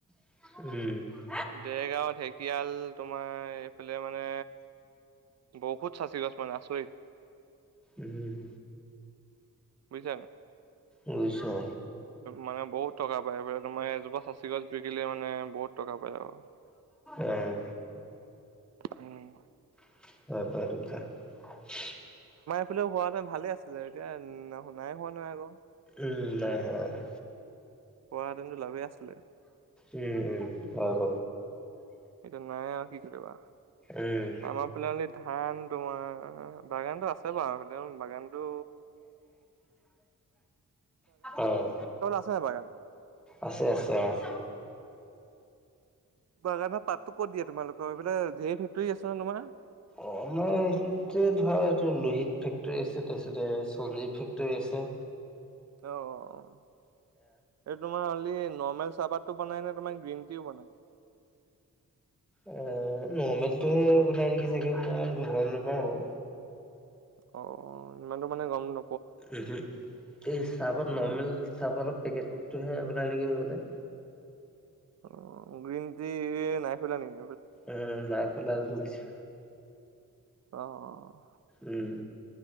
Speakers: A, in the centre; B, on the right.
A: উম।
B: দেৰগাঁও ঢেকীয়াল তোমাৰ এইফালে মানে বহুত া চি গছ মানে আচৰিত।
A: উম
B: বুজিছা?
A: ৰুইছ।
B: মানে বহুত টকা পায় বুলে, তোমাৰ এজোপা চাচি গছ বিকিলে মানে বহুত টকা পায় আৰু।
A: এহ।
B: উম।
A: <unintelligible>
B: ফ হোৱা মানে ভালে আছে যে এতিয়া ন শুনাই হোৱা নহয় আকৌ।
A: উ নাই হোৱা।
B: হোৱাহেঁতেনতো লাভেই আছিলে
A: উম উম হয় ব।
B: এইটো নাই আৰু কি কৰিবা
A: উম,
B: আমাৰ ফাললে ধান তোমাৰ বাগানতটো আছে বাৰু স বাগানতটো
A: আহ
B: আছে নাই বাগান?
A: আছে আছে অ'। <inaudible>
B: বাগানৰত পাতটোো কত দিয়া তোমালোকৰ এইফালে েৰ ফেক্টৰী আছে ন তোমাৰ?
A: অ' আমাৰতে ধৰা এইটো লোহিত ফেক্টৰী আছে তাৰপিছতে সঞ্জীৱ ফেক্টৰী আছে। ছে।
B: অ' এই তোমাৰ হ'লে নৰ্মেল চাহাবাতটো বনাই নে তোমাৰ গ্ৰীণ টিও বনাই?
A: এ নৰ্মেলটোহে বাই নেকি চাগে মই ইমান গম নাপাওঁ আৰু।
B: অ' ইমানতো মানে গম ন?
A: উ এই চাহাবৰ নৰ্মেল
B: অ
A: চাহাবৰৰ পেকেট টো হে বনাই নেকি মোৰতে।
B: অ' গ্ৰীণ টি নাই খলা নেক?
A: উম নক ল পছো।
B: অ'।
A: উম।